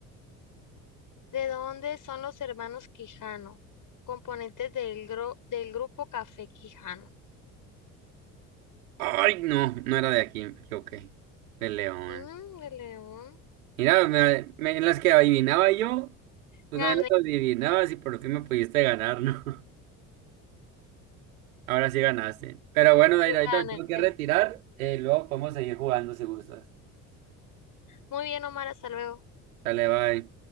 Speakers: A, on the left (about 50°); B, on the right (about 80°).
A: ¿De dónde son los hermanos Quijano? Componentes del, gro- del grupo Café Quijano.
B: Ay, no, no era de aquí, me equivoqué. De León.
A: Mm, de León.
B: Mira, me- me- en las que adivinaba yo, tú
A: Gané,
B: también las adivinabas y por fin me pudiste ganar, ¿no? <laughs> Ahora sí ganaste. Pero bueno, Daira, ahorita
A: gané.
B: me tengo que retirar. eh, luego podemos seguir jugando si gustas.
A: Muy bien, Omar, hasta luego.
B: Dale, bye.